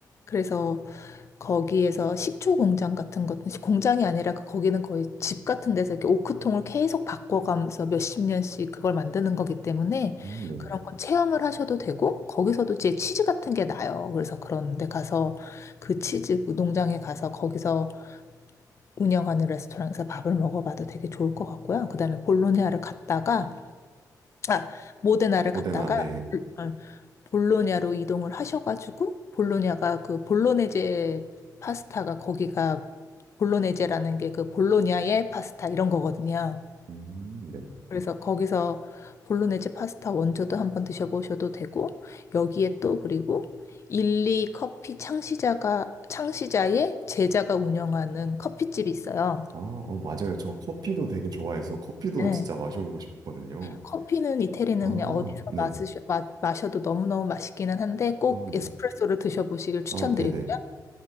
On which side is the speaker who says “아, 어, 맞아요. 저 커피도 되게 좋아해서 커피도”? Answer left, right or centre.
Right